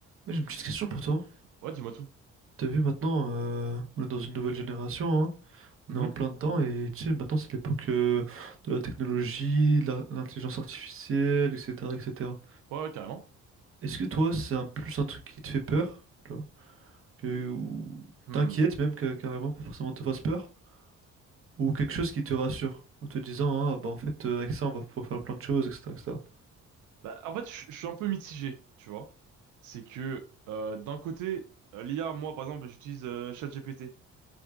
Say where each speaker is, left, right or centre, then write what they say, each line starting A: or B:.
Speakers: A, on the right; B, on the right.
A: Moi, J'ai une petite question pour toi.
B: Ouais, dis-moi tout.
A: T'as vu maintenant, euh, on est dans une nouvelle génération, hein,
B: Mhm.
A: on est en plein dedans et tu sais, maintenant c'est l'époque euh, de la technologie, de la- l'intelligence artificielle, etc., etc.
B: Ouais, ouais, carrément.
A: Est-ce que toi, c'est un plus un truc qui te fait peur, tu vois, que, ou
B: Hmm.
A: t'inquiète même que- carrément, pas forcément te fasse peur, ou quelque chose qui te rassure, en te disant, ah bah en fait, euh, avec ça, on va pouvoir faire plein de choses, etc., etc.
B: Bah, en fait, je je suis un peu mitigé, tu vois. C'est que euh, d'un côté, euh, l'IA, moi, par exemple, j'utilise euh, ChatGPT.